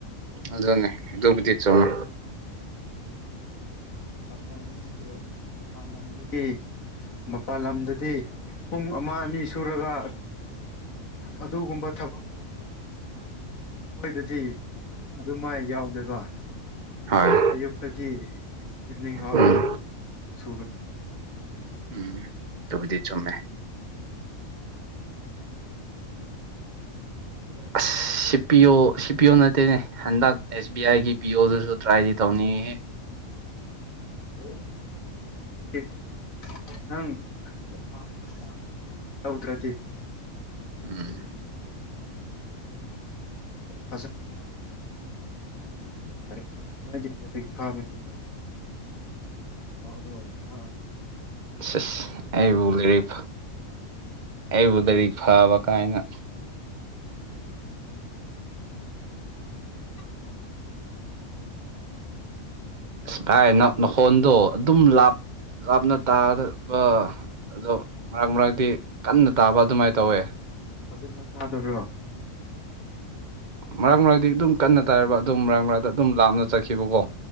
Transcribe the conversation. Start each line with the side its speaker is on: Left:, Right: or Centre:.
Right: ꯑꯗꯨꯅꯦ ꯗꯨꯕꯨꯗꯤ ꯆꯣꯅ
Left: ꯄ ꯍꯥꯏꯦ ꯃꯄꯥꯟ ꯂꯝꯗꯨꯗꯤ ꯃꯄꯥꯜ ꯂꯝꯗꯗꯤ ꯄꯨꯡ ꯑꯃ ꯑꯅꯤ ꯁꯨꯔꯒ ꯑꯗꯨꯒꯨꯝꯕ ꯊꯕꯛꯎ ꯑꯩꯈꯣꯏꯗꯗꯤ ꯑꯗꯨꯃꯥꯏ ꯌꯥꯎꯗꯦꯀꯣ
Right: ꯍꯣꯏ
Left: ꯑꯌꯨꯛꯇꯒꯤ ꯏꯚꯅꯤꯡꯐꯥꯎ ꯑꯗꯨꯝ
Right: ꯎꯝ
Left: ꯁꯨꯈ꯭ꯔꯦꯝ
Right: ꯎꯝ ꯇꯕꯨꯗꯤ ꯆꯨꯝꯃꯦ ꯑꯁ ꯁꯤ ꯄꯤꯌ ꯁꯤ ꯄꯤꯌ ꯑꯣ ꯅꯠꯇꯦꯅꯦ ꯍꯟꯗꯛ ꯑꯦꯁ ꯕꯤ ꯑꯥꯏꯒꯤ ꯄꯤ ꯑꯣꯗꯨꯁꯨ ꯇ꯭ꯔꯥꯏꯗꯤ ꯇꯧꯅꯤꯡꯉꯤꯦ
Left: <inaudible> <unintelligible> <inaudible> ꯍꯧꯗ꯭ꯔꯗꯤ
Right: ꯎꯝ
Left: ꯐꯁꯊ ꯑꯔꯦ ꯈꯥꯅꯤ ꯍ ꯑ
Right: ꯁꯁ ꯑꯩꯕꯨ ꯂꯥꯏꯔꯤꯛ ꯑꯩꯕꯨ ꯂꯥꯏꯔꯤꯛ ꯐꯕ ꯀꯥꯏꯅ
Left: ꯑꯗꯨꯝ ꯎꯝ ꯎꯝ
Right: ꯑꯁ ꯚꯥꯏ ꯅꯈꯣꯟꯗꯣ ꯑꯗꯨꯝ ꯂꯥꯞ ꯂꯥꯞꯅ ꯇꯥꯗꯕ ꯑꯗꯣ ꯃꯔꯛ ꯃꯔꯛꯇꯤ ꯀꯟꯅ ꯇꯥꯕ ꯑꯗꯨꯃꯥꯏꯅ ꯇꯧꯋꯦ
Left: ꯐꯖꯅ ꯇꯥꯗꯕ꯭ꯔꯣ
Right: ꯃꯔꯛ ꯃꯔꯛꯇꯤ ꯑꯗꯨꯝ ꯀꯟꯅ ꯇꯥꯏꯕ ꯑꯗꯨꯝ ꯃꯔꯛ ꯃꯔꯛꯗ ꯑꯗꯨꯝ ꯂꯥꯞꯅ ꯆꯠꯈꯤꯕꯀꯣ